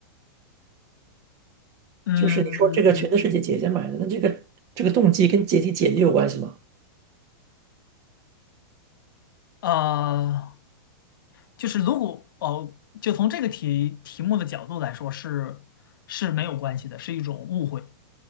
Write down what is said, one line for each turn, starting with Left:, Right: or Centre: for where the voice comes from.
Left: 嗯，
Right: 就是你说这个裙子是姐姐姐买的，那这个这个动机跟姐姐姐姐有关系吗？
Left: 呃，就是如果哦，就从这个题题目的角度来说是是没有关系的，是一种误会。